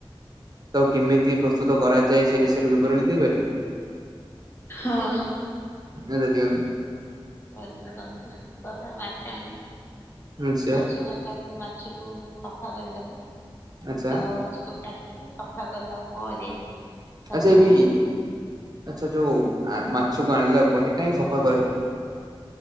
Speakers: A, on the right; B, on the left.
A: ତାକୁ କେମିତି ପ୍ରସ୍ତୁତ କରାଯାଏ ସେ ବିଷୟରେ ବିବରଣୀ ଦେଇପାରିବେ?
B: ହଁ।
A: ଏରା ଦିଅନ୍ତୁ।
B: କହିଥିଲେ ତମକୁ ପ୍ରଥମେ ମାଛ ଆଣିବୁ
A: ନିଶ୍ଚୟ
B: ମାଛକୁ ଆଣିଲା ପରେ ମା ମାଛକୁ ସଫା କରିଦବା
A: ଆଚ୍ଛା
B: ତ ମାଛକୁ କାଟିକି ସଫା କଲା ପରେ। ତାକୁ
A: ଆ ସେ ବି ଆଚ୍ଛା ଯୋଉ ଆ ମାଛକୁ ଆଣିଲା ପରେ କାହିଁକି ସଫା କରାଯାଏ?